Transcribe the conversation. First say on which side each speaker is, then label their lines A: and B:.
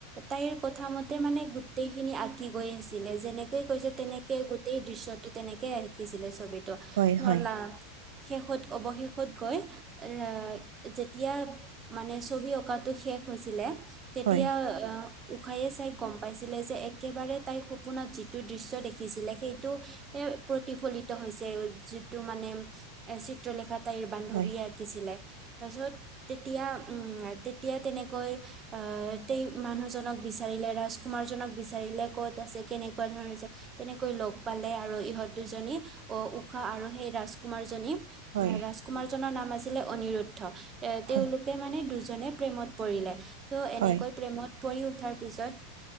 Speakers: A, on the right; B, on the right.
A: তাইৰ কথা মতে তাই মানে গোটেই খিনি আঁকি গৈ আছিলে যেনেকে কৈছে তেনেকে গোটেই দৃশ্যটো তেনেকে আকিঁছিলে ছবিতো <unintelligible>
B: হয়, হয়। হয়, হয়, হয়,
A: শেষত অৱশেষত গৈ এৰাই যেতিয়া মানে ছবি অঁকাটো শেষ হৈছিলে তেতিয়া
B: হয়,
A: আহ উষায়ে চাই গম পাইছিলে যে একেবাৰে তাইৰ সপোনত যিটো দৃশ্য দেখিছিলে সেই সেইটো প্ৰতিফলিত হৈছে যিটো মানে এ চিত্ৰলেখাই তাইৰ বান্ধৱীয়ে
B: হয়,
A: আঁকিছিলে তাৰপিছত তেতিয়া উম তেতিয়া তেনেকৈ আহ তেই মানুহজনক বিচাৰিলে ৰাজকুমা কুমাৰজনক বিচাৰিলে ক'ত আছে কেনেকুৱা ধৰণৰ আছে। তেনেকৈ লগ পালে আৰু ইহঁত দুজনী আহ উষাহ আৰু সেই ৰাজকুমাৰ জনী
B: হয়,
A: অহ ৰাজকুমাৰজনৰ নাম আছিলে অনিৰুদ্ধ এ
B: হয়,
A: তেওঁলোকে সিহঁতে মানে দুজনে প্ৰেমত পৰিলে তো
B: হয়।
A: এনেকৈ প্ৰেমত পৰি উঠাৰ পিছত।